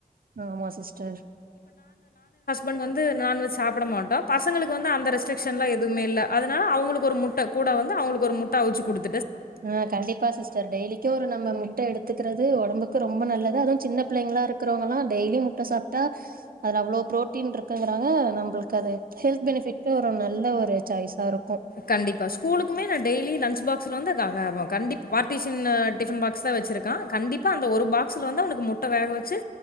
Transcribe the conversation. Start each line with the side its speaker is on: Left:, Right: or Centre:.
Right: ஆமா சிஸ்டர்
Left: பண்ட் வந்து நான்வெஜ் சாப்ட மாட்டோ பசங்களுக்கு வந்து அந்த ரெஸ்ரிக்ஷன்லா எதுமே இல்ல அதனால அவங்களுக்கு ஒரு முட்ட கூட வந்து அவங்களுக்கு ஒரு முட்ட அவுச்சு குடு
Right: ஆ கண்டிப்பா சிஸ்டர் டெய்லிக்கு ஒரு நம்ம முட்ட எடுத்துக்குறது ஒடம்புக்கு ரொம்ப நல்லது அதுவு சின்ன பிள்ளைங்களா இருக்கறவங்கல்லா டெய்லியு முட்ட சாப்டா அதுல அவ்ளோ ஃப்ரோட்டீன் இருக்குங்றாங்க நம்புளுக்கு அது ஹெல்த் பெனிஃபிட் ஒரு நல்ல ஒரு சாய்ஸா இரு
Left: கண்டிப்பா ஸ்கூலுக்குமே நா டெய்லி லன்ச் பாக் ஸ்ல வந்து கண்டி பற்டிஷனு டிஃப்பன் பாக்ஸ்தா வெச்சுருக்கா கண்டிப்பா அந்த ஒரு பாக்ஸ்ல வந்து அவனுக்கு முட்ட வேக வெச்சு